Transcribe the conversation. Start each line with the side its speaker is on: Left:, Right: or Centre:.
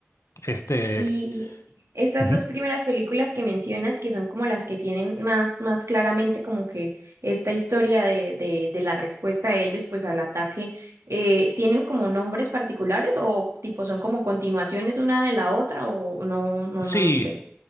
Left: Este,
Right: Y estas
Left: ujú.
Right: dos primeras películas que mencionas, que son como las que tienen más, más claramente como que esta historia de, de, de la respuesta de ellos pues al ataque, eh, ¿tienen como nombres particulares o tipo son como continuaciones una de la otra o no, no,
Left: Sí,
Right: no, no sé?